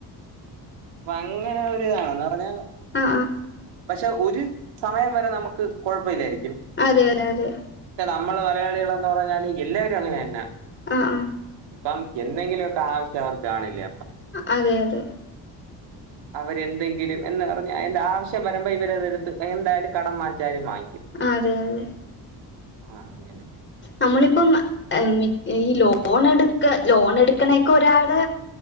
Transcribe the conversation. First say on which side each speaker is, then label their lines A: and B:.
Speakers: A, on the right; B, on the left.
A: അപ്പൊ അങ്ങനെ ഒരിതാണ പറഞ്ഞാ
B: ആഹ് ആഹ്
A: പക്ഷെ ഒരു സമയം വരെ നമുക്ക് കുഴപ്പമില്ലായിരിക്കും
B: അതെ അതെ അതെ
A: നമ്മള് മലയാളികളാഎന്ന് പറഞ്ഞാല് എല്ലാവരും അങ്ങനെന്നെ
B: ആഹ്
A: ഇപ്പം എന്തെങ്കിലൊക്കെ ആവശ്യം അവർക്ക് കാണില്ല
B: അതെ അതെ
A: അവരെന്തെങ്കിലും എന്ന് അറിഞ് അയ്ന്റെ ആവശ്യം വരമ്പോ ഇവര്ത് ട്ത്ത് എന്തായാലും കടം വങ്ങിച്ചാലും വാങ്ങി
B: അതെ അതെ
A: ആഹ് അതേനെ
B: നമ്മളിപ്പം <unintelligible> ഈ ലോണ എടുക്ക ലോണ എടുക്ക്ണേക്കൊരാള്